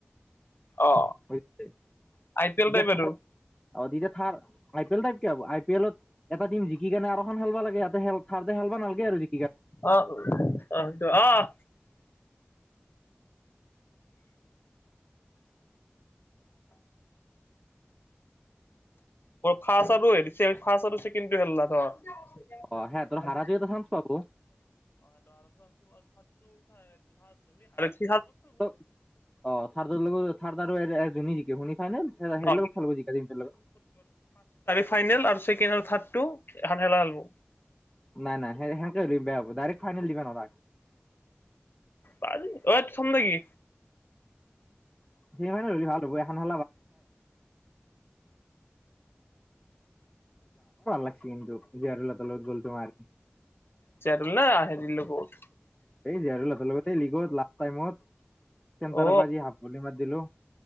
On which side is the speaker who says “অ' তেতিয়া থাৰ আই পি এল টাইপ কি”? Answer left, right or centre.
Centre